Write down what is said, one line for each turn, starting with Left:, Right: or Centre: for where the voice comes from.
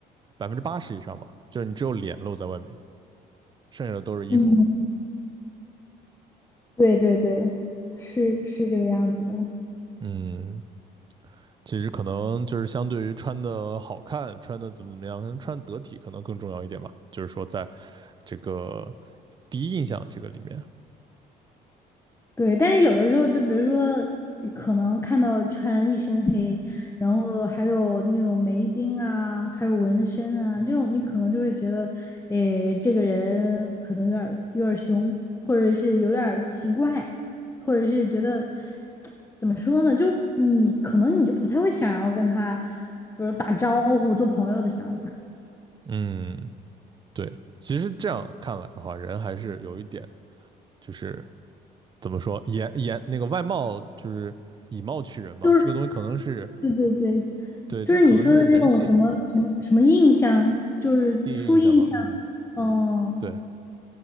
Right: 百分之八十以上嘛，就是你只有脸露在外面，剩下的都是衣服。
Left: 嗯，对对对，是是这个样子的。
Right: 嗯，其实可能就是相对于穿的好看，穿的怎么怎么样，可能穿得体可能更重要一点吧，就是说在这个第一印象这个里面，
Left: 对，但是有的时候，就比如说，可能看到穿一身黑，然后还有那种眉钉啊，还有纹身啊，这种你可能就会觉得，诶，这个人可能有点儿有点儿凶，或者是有点儿奇怪，或者是觉得怎么说呢，就你可能你就不太会想要跟他，比如打招呼、做朋友的想法，
Right: 嗯。对，其实这样看来的话，人还是有一点，就是怎么说，颜颜那个外貌就是以貌取人嘛，
Left: 就是
Right: 这个东西可能是
Left: 对对对，
Right: 对，
Left: 就是你说的那种什么什么什么印象，
Right: 这可能是人性
Left: 就是初印象，
Right: 第一印象吧。嗯，
Left: 嗯嗯
Right: 对，